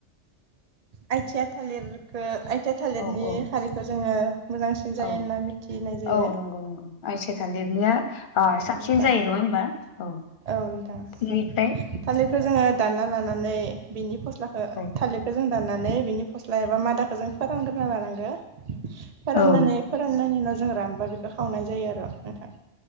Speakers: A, on the right (about 35°); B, on the left (about 50°).
A: आइथिया थालिरखो आइ आइथिया थालिरनि
B: औ औ
A: खारिखौ जोङो मोजांसिन जायो
B: औ
A: होनना मिथिनाय जायो
B: औ नंगौ नंगौ आइथिया थालिरनिया
A: औ
B: साबसिन
A: नोंथां
B: जायो नङा होमबा औ।
A: औ नोंथां
B: बेनिफ्राय
A: थालिरखौ जोङो दानना लानानै। बिनि फस्ला फस्लाखो
B: औ
A: थालिरखौ जों दाननानै बिनि फस्ला एबा मादाखखौ जों फोरानग्रोना लानांगो फोराननानै
B: औ
A: फोराननायनि उनाव जों रानबा बेखौ खावनाय जायो आरो नोंथां।